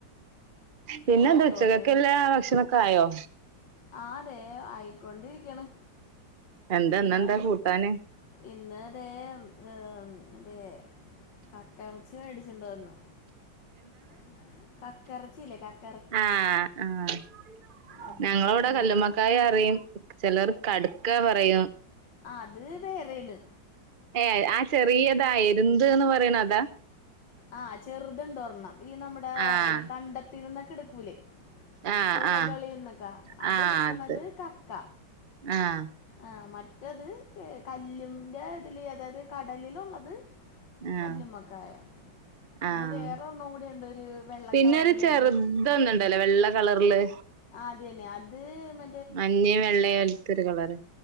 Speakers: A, on the right; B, on the left.
A: പിന്നെന്താ
B: പുറത്തോട്ട്
A: ഉച്ചകക്ക്ള്ളെ ഭക്ഷണൊക്കെ ആയോ
B: ആഹ് തെ ആയിക്കൊണ്ടിരിക്ക്ണ്
A: എന്താ ഇന്നെന്താ
B: എല്ലാ
A: കൂട്ടാന്
B: ഇന്ന് തേം ഉം തെ കക്കറച്ചി മേടിച്ചോണ്ട് വന്ന് എന്താണ് കക്കറച്ചില്ലേ ക
A: ആഹ് ആഹ്
B: അത്
A: ഞങ്ങളെ ഇവിടെ
B: പിന്നെ
A: കല്ലുമ്മക്കായ പറയും ചെലൊര് കട്ക്കാ പറയും
B: അത് വേറെയാണ്
A: ഏ ആ ചെറിയതാ എര്ന്ത്ന്ന് പറയ്ണതാ
B: ആഹ് ചെറ്ത്ണ്ട് ഒരെണ്ണം ഈ നമ്മടെ
A: ആഹ്
B: ഈ കണ്ടത്തില്ന്നൊക്കെ എട്ക്കൂലേ
A: ആഹ്
B: പുഴകളിന്നൊക്കെ
A: ആഹ്
B: അതെട്ക്ക്ണത്
A: ആഹ് അത്
B: കക്ക
A: ആഹ്
B: ആഹ് മറ്റത് കല്ലിന്റെ ഇതില് അതായത് കടലിലുള്ളത് കല്ലുമ്മക്കായ
A: ആഹ്
B: പിന്നെ
A: ആഹ്
B: വേറെ ഒരെണ്ണം കൂടി ഉണ്ട് ഒരു വെള്ള
A: പിന്നൊരു
B: കളറിൽ
A: ചെറ്തൊന്നുണ്ടല്ലോ
B: എന്തോ
A: വെള്ള കളറില്
B: അതെന്നെ അത് മ
A: മഞ്ഞയും വെള്ളയോല്ത്തൊര് കളറ്